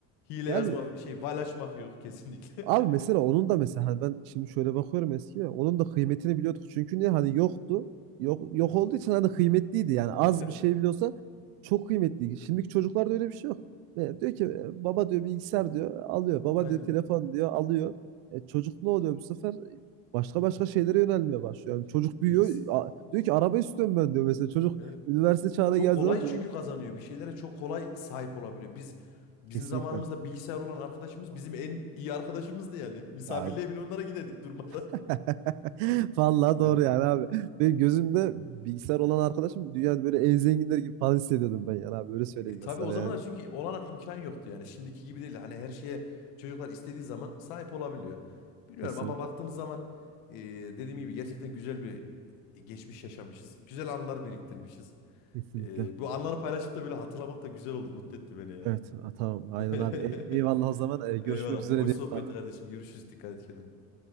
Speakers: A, on the left; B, on the right.
A: Hile
B: Yani
A: yazma şey val açmak yok kesinlikle.
B: Abi mesela
A: <laughs>
B: onun da mesela hani ben şimdi şöyle bakıyorum eskiye onun da kıymetini biliyorduk. Çünkü niye hani yoktu. Yok yok
A: Evet.
B: olduğu için hani kıymetliydi yani
A: <laughs>
B: az bir şey biliyorsa çok kıymetliydi. Şimdiki çocuklarda öyle bir şey yok. E, diyor ki e, baba diyor bilgisayar diyor alıyor. Baba
A: Aynen.
B: diyor telefon diyor alıyor. E, çocuk ne oluyor bu sefer? Başka başka şeylere yönelmeye başlıyor.
A: Evet.
B: Yani çocuk büyüyor.
A: Bilgisi.
B: a- diyor ki araba istiyorum ben diyor mesela. Çocuk
A: Evet.
B: üniversite çağına
A: Çok
B: geldiği
A: kolay
B: zaman
A: çünkü
B: e,
A: kazanıyor. Bir şeylere çok kolay sahip olabiliyor. Biz bizim
B: kesinlikle.
A: zamanımızda bilgisayar olan arkadaşımız bizim en iyi arkadaşımızdı yani. Misafirliğe
B: Ya
A: bile onlara giderdik durmadan.
B: <laughs> Vallahi
A: <laughs> Yani.
B: doğru yani abi. Benim gözümde bilgisayar olan arkadaşım dünyada böyle en zenginler gibi falan hissediyordum ben yani abi. Öyle söyleyeyim
A: E tabii
B: ben sana
A: o zamanlar
B: yani.
A: çünkü olanak imkan yoktu yani. Şimdiki gibi değil. Hani her şeye çocuklar istediği zaman sahip olabiliyor. Bilmiyorum
B: Kesinlikle.
A: ama baktığımız zaman e, dediğim gibi gerçekten güzel bir geçmiş yaşamışız. Güzel anılar biriktirmişiz.
B: Kesinlikle.
A: E, bu anları paylaşıp da böyle hatırlamak da güzel oldu. Mutlu etti beni yani.
B: Evet, ha, tamam. Aynen
A: <laughs>
B: abi. E- eyvallah o zaman. E, görüşmek
A: Eyvallah.
B: üzere
A: Hoş
B: diyelim.
A: sohbetti kardeşim. Görüşürüz. Dikkat et kendine.